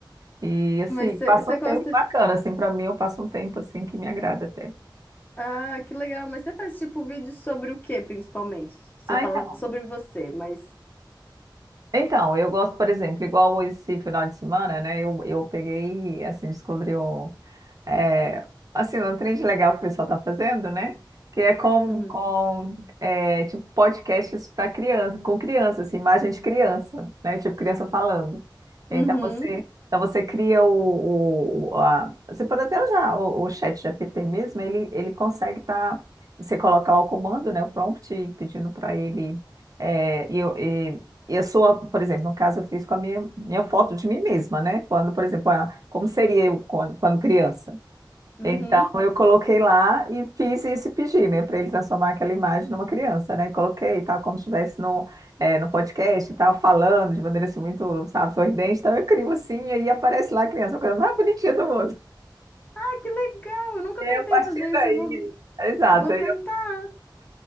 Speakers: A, on the right; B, on the left.
A: E assim,
B: Mas você,
A: passa
B: você
A: um
B: gosta.
A: tempo bacana, assim, para mim eu passo um tempo assim que me agrada até.
B: Ah, que legal. Mas você faz tipo vídeos sobre o quê, principalmente? Você
A: Ah,
B: fala
A: então.
B: sobre você, mas.
A: Então, eu gosto, por exemplo, igual esse final de semana, né? Eu, eu peguei, assim, descobri um. é, assim, um trend legal que o pessoal está fazendo, né? Que é com,
B: Uhum.
A: com é, tipo, podcasts para criança, com criança, assim, imagem de criança, né? Tipo, criança falando. Então,
B: Uhum.
A: você, então você cria o... o- a- você pode até usar o, o chat GPT mesmo, ele, ele consegue estar... você coloca lá o comando, né? O prompt, pedindo para ele... é, e, eu- e, e a sua, por exemplo, no caso, eu fiz com a minha, minha foto de mim mesma, né? Quando, por exemplo, a como seria eu quando, quando criança.
B: Uhum.
A: Então eu coloquei lá e fiz esse pedir, né, para ele transformar aquela imagem numa criança, né? E coloquei e tal, como se estivesse no, eh, no podcast e tal, falando de maneira assim muito, sabe, sorridente. Então eu crio assim e aí aparece lá a criança, a coisa mais bonitinha do mundo.
B: Ah, que legal! Eu nunca
A: E aí,
B: tentei
A: a partir
B: fazer
A: daí,
B: isso. Eu vou,
A: exato,
B: vou tentar.